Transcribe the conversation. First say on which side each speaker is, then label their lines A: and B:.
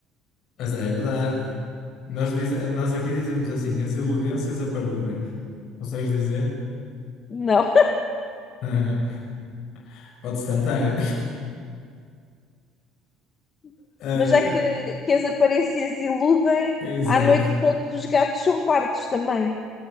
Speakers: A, on the left; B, on the left.
A: Mas é verdade. Nós, diz, nós aqui dizemos assim: as iludências aparudem. Consegues dizer?
B: Não.
A: <laughs> Podes tentar. <laughs>
B: <laughs>
A: Eh,
B: Mas já que, que as aparências iludem,
A: é exato.
B: à noite todos os gatos são pardos também.